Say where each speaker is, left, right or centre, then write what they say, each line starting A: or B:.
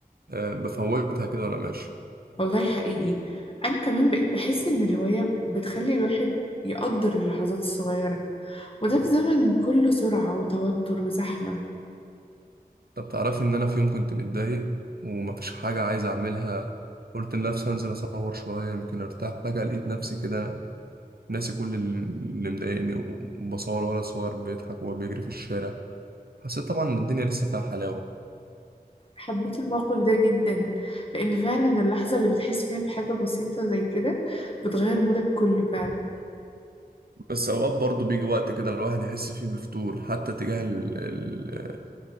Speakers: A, on the right; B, on the left.
A: آه، بفوتها كده وانا ماشي
B: والله حقيقي انا كمان بقيت بحس ان الهواية بتخلي الواحد يقدر اللحظات الصغيرة وده في زمن كله سرعة وتوتر وزحمة
A: طب تعرفي ان انا في يوم كنت متضايق ومفيش حاجة عايز اعملها قلت لنفسي هنزل اصور شوية يمكن ارتاح فجأة لقيت نفسي كده ناسي كل ال- اللي مضايقني و- وبصور ولد صغير بيضحك وهو بيجري في الشارع حسيت طبعا ان الدنيا لسه فيها حلاوة
B: حبيت الموقف ده جدا لأن فعلا اللحظة اللي بتحس فيها بحاجة بسيطة زي كده بتغير مودك كله فعلا
A: بس اوقات برضه بيجي وقت كده الواحد يحس فيه بفتور حتى تجاه ال... ال...